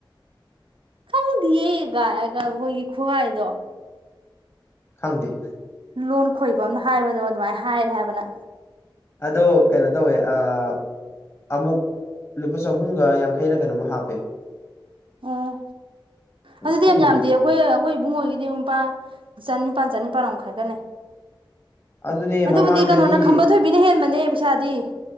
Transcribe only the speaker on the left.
ꯈꯪꯗꯦ
ꯑꯗꯣ ꯀꯩꯅꯣ ꯇꯧꯋꯦ ꯑꯥ ꯑꯃꯨꯛ ꯂꯨꯄꯥ ꯆꯍꯨꯝꯒꯥ ꯌꯥꯡꯈꯩꯔꯥ ꯀꯩꯅꯣꯃ ꯍꯥꯞꯄꯦ
ꯈꯪꯗꯦꯗ
ꯑꯗꯨꯅꯦ
ꯃꯃꯥꯡꯗꯗꯤ